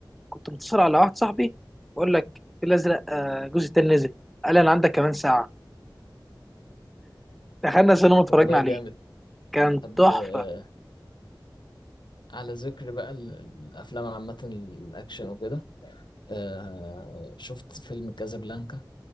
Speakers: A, in the centre; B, on the left (about 65°).
A: كنت متصل على واحد صاحبي بقول لك في الازرق آه الجزء التاني نزل قال لي انا عندك كمان ساعه دخلنا سينما اتفرجنا
B: والله
A: عليه
B: جامد
A: كان
B: طب
A: تحفه
B: آه، على ذكر بقى ال- الافلام عامه الاكشن وكده آه شفت فيلم كازابلانكا